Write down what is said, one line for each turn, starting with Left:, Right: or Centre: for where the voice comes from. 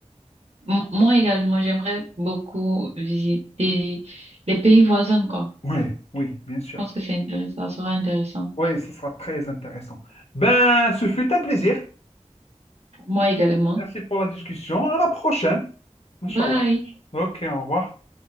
Right: M- Moi également, j'aimerais beaucoup visiter les pays voisins, quoi.
Left: Oui, oui, bien sûr.
Right: Je pense que c'est intéressant, ça sera intéressant.
Left: Oui, ce sera très intéressant. Ben, ce fut un plaisir.
Right: Pour moi également.
Left: Merci pour la discussion. À la prochaine. Inch'Allah.
Right: Bye!
Left: Ok, au revoir.